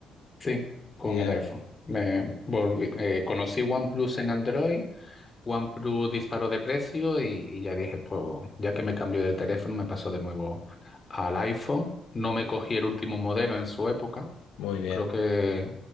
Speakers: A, on the left; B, on the left.
A: Sí, con
B: Ya.
A: el iPhone. Me volví, eh, conocí OnePlus en Android, OnePlus disparó de precio y, y ya dije, pues ya que me cambió de teléfono, me pasó de nuevo al iPhone. No me cogí el último modelo en su época
B: Muy bien.
A: Creo que